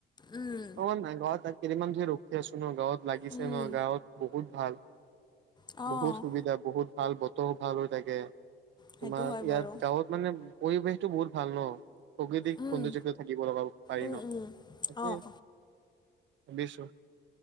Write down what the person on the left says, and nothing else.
উম,
উম,
অ',
সেইটো
হয়
বাৰু।
উম,
উম,
উম,
অ'।